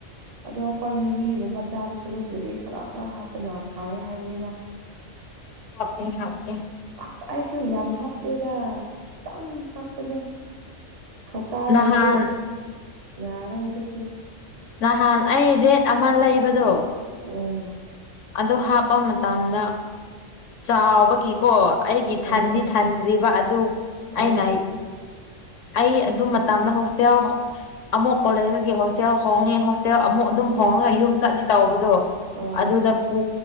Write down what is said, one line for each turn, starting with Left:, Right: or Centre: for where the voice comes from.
Right: ꯑꯗꯣ ꯍꯈꯣꯏ ꯃꯤꯃꯤꯒꯨꯝꯕ ꯆꯥꯕ ꯁꯔꯨꯛꯕꯨꯗꯤ ꯈꯔ ꯈꯔ ꯍꯥꯞꯄꯅ ꯐꯥꯏ ꯍꯥꯏꯕꯅꯤꯅ
Left: <unintelligible> ꯍꯥꯞꯀꯦ ꯍꯥꯞꯀꯦ
Right: ꯑꯁ ꯑꯩꯁꯨ ꯌꯥꯝ ꯍꯥꯞꯇꯦꯗ ꯈꯤꯇꯪ ꯍꯥꯞꯇꯅꯦ ꯊꯀꯥꯏ
Left: ꯅꯍꯥꯟ
Right: ꯍꯥꯏꯔꯤ ꯌꯥꯔ ꯑꯗꯨꯖꯤꯗꯤ
Left: ꯅꯍꯥꯟ ꯑꯩ ꯔꯦꯠ ꯑꯃ ꯂꯩꯕꯗꯣ
Right: ꯎꯝ
Left: ꯑ ꯍꯥꯞꯄ ꯃꯇꯝꯗ ꯆꯥꯎꯕꯒꯤꯀꯣ ꯑꯩꯒꯤ ꯊꯟꯗꯤ
Right: ꯑꯣ
Left: ꯊꯟꯗ꯭ꯔꯤꯕ ꯑꯗꯨ
Right: ꯑꯣ
Left: ꯑꯩꯅ ꯑꯩ ꯑꯗꯨꯝ ꯃꯇꯝꯗ ꯍꯣꯁꯇꯦꯜ ꯑꯃꯨꯛ ꯀꯣꯂꯦꯖꯒꯤ ꯍꯣꯁꯇꯦꯜ ꯍꯣꯡꯉꯦ ꯍꯣꯁꯇꯦꯜ ꯑꯃꯨꯛ ꯑꯗꯨꯝ ꯍꯣꯡꯦ ꯑꯣ ꯌꯨꯝ ꯆꯠꯂꯤ ꯇꯥꯎꯕꯗꯣ
Right: ꯑꯣ
Left: ꯑꯗꯨꯗ ꯄꯨ